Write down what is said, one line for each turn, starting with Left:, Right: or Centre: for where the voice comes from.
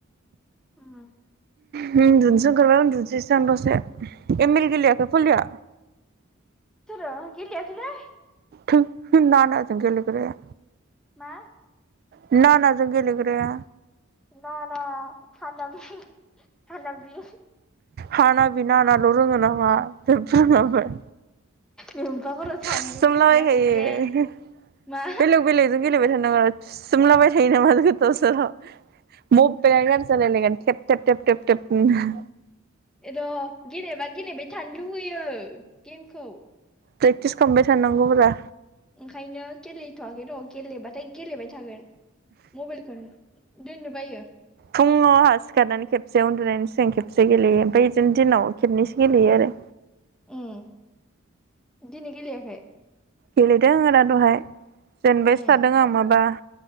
Centre: ओम
Right: होम उन्दुनोसो ओंखारबाय उन्दुनोसैसो आं दसे एम एल गेलेयाखै फलिया
Centre: सोरो गेलेयाखैलै
Right: थोद नानाजों गेलेग्राया
Centre: मा
Right: नाना जों गेलेग्राया
Centre: ना ना हानाबनि हानाबनि
Right: हानाबि नानाल' रोङो नामा जेबो रोंला ओमफाय
Centre: नोम्फा खर' सानैल'
Right: थुसोमलाबायखायो
Centre: गेलेयो आङो केेल मा
Right: बेलेग बेलेगजों गेलेबाय था नोङो थुसोमलाबाय थायो नामा गोदाव सोराव मबाइलानो गाज्रि जालायलायगोन थेब थेब थेब थेब नो
Centre: र' गेलेबा गेलेबाय थानो लुबैयो गेमखौ
Right: प्रेकटिस खालामबाय थानांगौब्रा
Centre: ओंखायनो गेलेथ'वाखै र' गेलेबाथाय गेलेबाय थागोन मबाइलखौन दोननो बायो
Right: फुङाव आहा सिखारनानै खेबसे उन्दुनायनि सिगां खेबसे गेलेयो ओमफाय बिदिनो दिनाव खेबनैसो गेलेयो आरो
Centre: ओम दिनै गेलेयाखै
Right: गेलेदों आरो दहाय जेनबायसो
Centre: उम
Right: थादों आं माबा